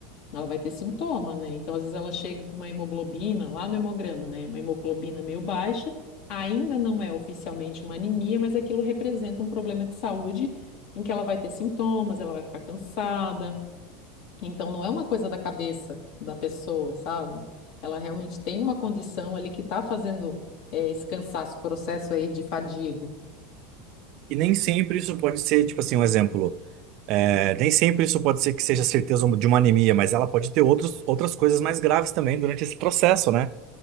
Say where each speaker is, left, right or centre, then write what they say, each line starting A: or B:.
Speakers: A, on the left; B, on the right.
A: Ela vai ter sintoma, né? Então, às vezes ela chega com uma hemoglobina lá no hemograma, né? Uma hemoglobina meio baixa, ainda não é oficialmente uma anemia, mas aquilo representa um problema de saúde em que ela vai ter sintomas, ela vai ficar cansada. Então, não é uma coisa da cabeça da pessoa, sabe? Ela realmente tem uma condição ali que está fazendo eh, esse cansaço, processo aí de fadiga.
B: E nem sempre isso pode ser, tipo assim, um exemplo. É, nem sempre isso pode ser que seja certeza um, de uma anemia, mas ela pode ter outros, outras coisas mais graves também durante esse processo, né?